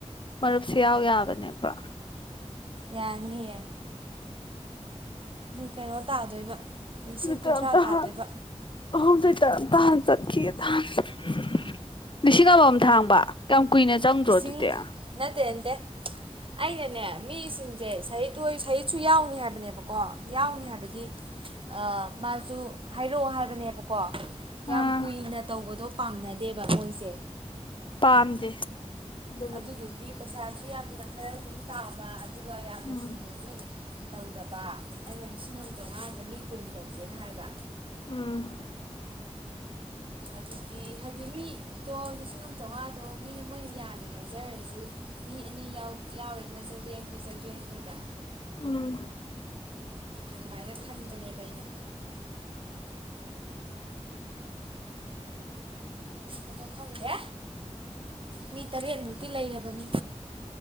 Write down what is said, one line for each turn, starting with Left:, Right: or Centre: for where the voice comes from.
Left: ꯃꯔꯨꯞꯁꯨ ꯌꯥꯎ ꯌꯥꯕꯅꯦꯕ
Right: ꯌꯥꯅꯤꯌꯦ ꯀꯩꯅꯣ ꯇꯥꯗꯣꯏꯕ ꯂꯤꯁꯤꯡ ꯀꯨꯟꯊ꯭ꯔꯥ
Left: ꯈꯪꯗꯦ
Right: ꯇꯥꯗꯣꯏꯕ
Left: <unintelligible> <unintelligible> ꯂꯤꯁꯤꯡ ꯑꯃꯃꯝ ꯊꯥꯡꯕ ꯀꯨꯏꯅ ꯆꯪꯗ꯭ꯔꯣ
Right: ꯂꯤꯁꯤꯡ
Left: ꯑꯗꯨꯗꯤ ꯑꯥ
Right: ꯅꯠꯇꯦ ꯅꯠꯇꯦ ꯑꯩꯅꯅꯦ ꯃꯤꯁꯤꯡꯁꯦ ꯁꯍꯤꯠ ꯍꯣꯏ ꯁꯍꯤꯠꯁꯨ ꯌꯥꯎꯅꯤ ꯍꯥꯏꯕꯅꯦꯕꯀꯣ ꯀꯣ ꯌꯥꯎꯅꯤ ꯍꯥꯏꯕꯗꯤ ꯑ ꯃꯥꯁꯨ ꯍꯥꯏꯔꯛꯑꯣ ꯍꯥꯏꯕꯅꯦꯕꯀꯣ
Left: ꯑꯥ
Right: ꯌꯥꯝ ꯀꯨꯏꯅ ꯇꯧꯕꯗꯣ ꯄꯥꯝꯅꯗꯦꯕ ꯃꯣꯏꯁꯦ
Left: ꯄꯥꯝꯗꯦ ꯑꯗꯨꯕꯨꯗꯤ
Right: ꯑꯗꯨꯗꯨꯒꯤ ꯄ꯭ꯔꯁꯥ ꯌꯥꯝꯅ ꯈꯔ ꯑꯗꯨꯝ ꯇꯥꯕ ꯑꯗꯨꯒ ꯌꯥꯝꯅ
Left: ꯎꯝ
Right: ꯀꯨꯏꯅꯁꯨ ꯇꯧꯗꯕ ꯑꯩꯅ ꯂꯤꯁꯤꯡ ꯑꯃ ꯆꯥꯝꯃꯉꯥꯗ ꯃꯤ ꯀꯨꯟ ꯇꯧꯁꯦꯅ ꯍꯥꯏꯕ
Left: ꯎꯝ
Right: ꯑꯗꯨꯗꯤ ꯍꯥꯏꯗꯤ ꯃꯤꯗꯣ ꯂꯤꯁꯤꯡ ꯑꯃ ꯆꯥꯝꯃꯉꯥꯗꯣ ꯃꯤꯅ ꯃꯣꯏꯅ ꯌꯥꯝꯃꯦ ꯍꯥꯏꯖꯔꯁꯨ ꯃꯤ ꯑꯅꯤ ꯌꯥꯎꯔꯦ ꯆꯥꯇ꯭ꯔꯦꯠ ꯌꯥꯡꯈꯩ ꯆꯥꯇꯔ꯭ꯦꯠ ꯌꯥꯡꯈꯩꯗ
Left: ꯎꯝ
Right: ꯑꯗꯨꯃꯥꯏꯅ ꯈꯟꯕꯅꯦꯕ ꯑꯩꯅ ꯑꯗꯣ ꯈꯪꯗꯦ ꯃꯤ ꯇꯔꯦꯠꯃꯨꯛꯇꯤ ꯂꯩꯔꯕꯅꯤ